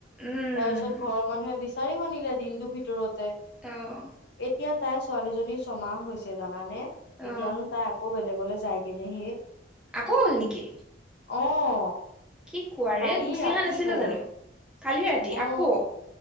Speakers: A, in the centre; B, on the left.
A: উম
B: তাৰপিছত ঘৰৰ মানুহে বিচাৰিও আনিলে দিনটোৰ ভিতৰতে।
A: অ'।
B: এতিয়া তাইৰ ছোৱালীজনী ছমাহ হৈছে জানানে?
A: অ
B: এতিয়ানো তাই আকৌ বেলেগলে যায়গে নে হেই।
A: আকৌ গ'ল নেকি?
B: অ'।
A: কি কোৱা
B: কালি
A: ৰে গুচি
B: ৰাতি
A: অহা নাছিলে
B: গ'ল
A: জানো, কালি ৰাতি
B: অ',
A: আকৌ?